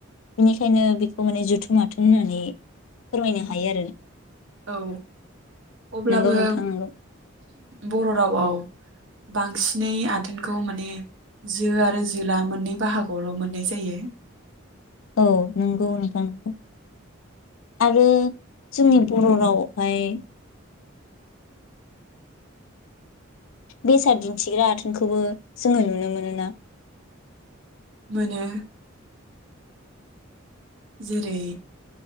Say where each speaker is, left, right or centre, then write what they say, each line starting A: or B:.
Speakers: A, on the left; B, on the right.
A: बेनिखायनो बेखौ माने जुथुम आथोन होननानै फोरमायनो हायो आरो।
B: औ। अब्लाबो
A: नंगौ नोंथां नंगौ
B: बर' रावआव बांसिनै आथोनखौ माने जो आरो जोला मोननै बाहागोआवल' मोननाय जायो।
A: औ नंगौ नोंथां नगौ आरो जोंनि बर' रावआवहाय बेसाद दिन्थिग्रा आथोनखौबो जोङो नुनो मोनोना
B: मोनो। जेरै